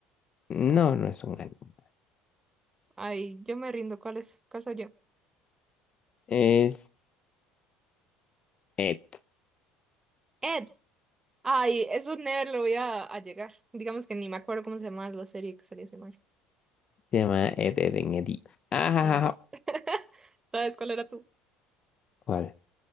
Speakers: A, on the left; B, on the right.
A: No, no es un anime.
B: Ay, yo me rindo. ¿Cuál es, cuál soy yo?
A: Es Ed.
B: Ed. Ay, eso never lo voy a, a llegar. Digamos que ni me acuerdo cómo se llama la serie que salía ese man.
A: Se llama Ed, Ed, Ed, Ed. Ah,
B: Mm. <laughs> ¿Sabes cuál era tú?
A: ¿cuál?